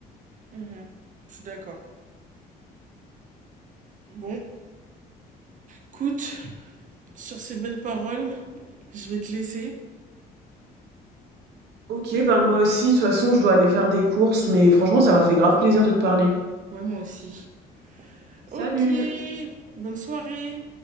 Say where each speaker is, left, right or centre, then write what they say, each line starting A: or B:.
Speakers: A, on the right (about 50°); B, on the right (about 80°).
A: Mhm. Je suis d'accord. Bon, écoute, sur ces belles paroles, je vais te laisser.
B: Ok, ben moi aussi, de toute façon, je dois aller faire des courses, mais franchement, ça m'a fait grave plaisir de te parler.
A: Ouais, moi aussi.
B: Salut!
A: Ok, bonne soirée.